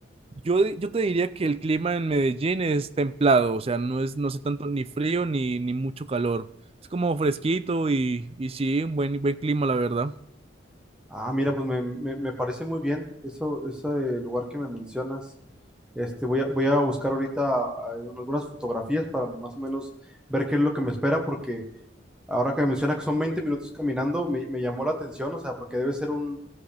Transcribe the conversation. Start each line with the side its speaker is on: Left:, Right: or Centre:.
Right: Yo, di- yo te diría que el clima en Medellín es templado, o sea, no es, no hace tanto ni frío ni, ni mucho calor. Es como fresquito y, y sí, un buen, buen clima, la verdad.
Centre: Ah, mira, pues me, me- me parece muy bien eso, ese eh, lugar que me mencionas. Este, voy a, voy a buscar ahorita ah, algunas fotografías para más o menos ver qué es lo que me espera, porque ahora que me menciona que son 20 minutos caminando, me, me llamó la atención, o sea, porque debe ser un,